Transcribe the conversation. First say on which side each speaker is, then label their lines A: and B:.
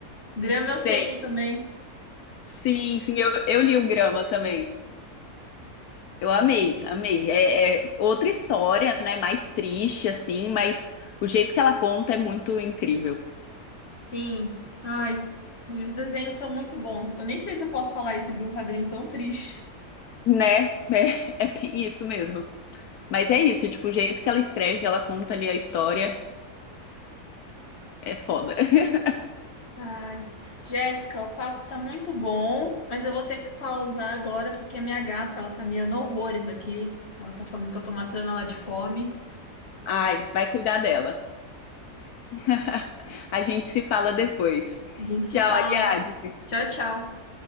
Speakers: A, on the left; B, on the left.
A: grama
B: sei.
A: eu tenho também.
B: Sim, sim, eu, eu li o Grama também. Eu amei, amei. É, é outra história, né? Mais triste, assim, mas o jeito que ela conta é muito incrível,
A: Sim. Ai, e os desenhos são muito bons. Eu nem sei se eu posso falar isso de um quadrinho tão triste.
B: né? <laughs> É, é bem isso mesmo. Mas é isso, tipo, o jeito que ela escreve, que ela conta ali a história, é foda. <laughs>
A: Ai, Jéssica, o papo tá muito bom, mas eu vou ter que pausar agora porque a minha gata, ela tá miando horrores aqui. Ela tá falando que eu tô matando ela de fome.
B: Ai, vai cuidar dela. <laughs> A gente se fala depois.
A: A gente se
B: Tchau,
A: fala.
B: Ariadne.
A: Tchau, tchau.